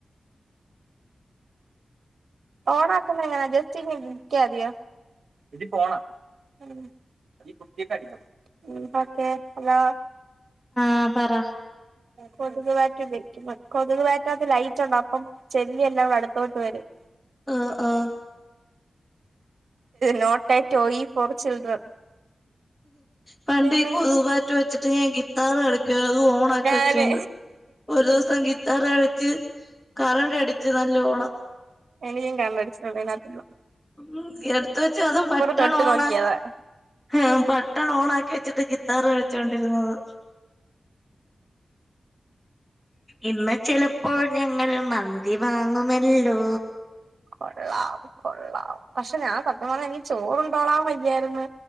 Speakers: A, on the right (about 80°); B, in the centre.
A: ഓണാക്കുന്ന എങ്ങനാ ജസ്റ്റ്‌ ഇങ്ങനെ നീക്ക്യാതിയോ ഇതിപ്പോ ഓണാ ഉം ഇതി കുത്തീട്ട് അടിക്കണം ഒക്കെ ഹലോ
B: ആഹ് പറ
A: കൊതുക് ബാറ്റ് ഉപയോഗിക്കുന്നത് കൊതുക് ബാറ്റിനകത്ത് ലൈറ്റുണ്ട് അപ്പം ചെല്ലി എല്ലാം കൂടെ അട്ത്തോട്ട് വരും
B: ആഹ് ആഹ്
A: not a toy for children
B: പണ്ട്
A: ഇതില്ലേ
B: ഈ കൊതുക് ബാറ്റ് വെച്ചിട്ട് ഞാൻ ഗിത്താർ കളിക്കുവാരുന്ന് അത് ഓണ് ണാക്കി
A: ഞാന്
B: വെച്ചോണ്ട് ഒരു ദിവസം ഗിത്താർ കളിച്ച് കറണ്ട് അടിച്ച് നല്ലോണം
A: എനിയും കമെന്റ്സ് <unintelligible>
B: ഉ എടുത്ത വെച്ച അതും ബട്ടൺ
A: തൊട്ട്
B: ഓണ
A: നോക്കിയതാ
B: ആഹ് ബട്ടൺ ഓൺ ആക്കി വെച്ചിട്ട് ഗിത്താർ കളിച്ചോണ്ടിരുന്നത് ഇന്ന് ചിലപ്പോൾ ഞങ്ങൾ മന്തി വാങ്ങുമല്ലോ
A: കൊള്ളാം കൊള്ളാം പക്ഷെ ഞാൻ സത്യം പറഞ്ഞാൽ എനിക്ക് ചോറണ്ടോളാൻ വയ്യാരുന്ന്